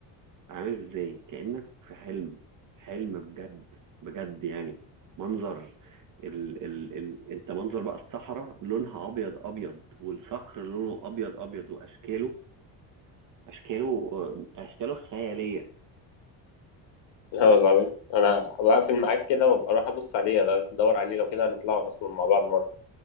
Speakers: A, on the right; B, on the left.
A: عامل ازاي كأنك في حلم حلم بجد بجد يعني منظر ال ال ال انت منظر بقى الصحراء لونها ابيض ابيض والصخر لونه ابيض ابيض واشكاله اشكاله اشكاله خيالية
B: لا العظيم انا بقفل معاك كده وابقى اروح ابص عليه أنا بدور عليه لو كده هنطلعوا اصلا مع بعض مره